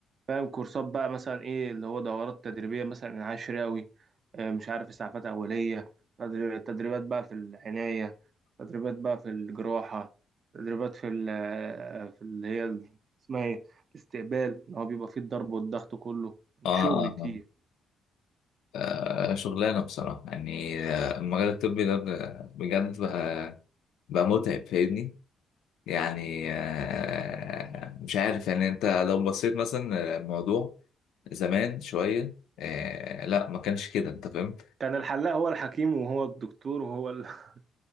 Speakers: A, on the right; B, on the left.
A: فاهم كورسات بقى مثلا ايه اللي هو دورات تدريبيه مثلا عشراوي آه، مش عارف اسعافات اوليه تدري- تدريبات بقى في العنايه تدريبات بقى في الجراحه تدريبات في ال- آه، في اللي هي ال- اسمها ايه الاستقبال اللي هو بيبقى فيه الضرب والضغط كله يعني
B: اه
A: شغل
B: اه
A: كتير
B: آه، شغلانة بصراحة يعني آه، المجال الطبي ده ب- بجد بقى, بقى متعب فاهمني يعني آه، مش عارف يعني انت لو بصيت مثلا الموضوع زمان شوية آه، لا ما كانش كده انت فاهم
A: كان الحلاق هو الحكيم وهو الدكتور وهو ال... <laughs>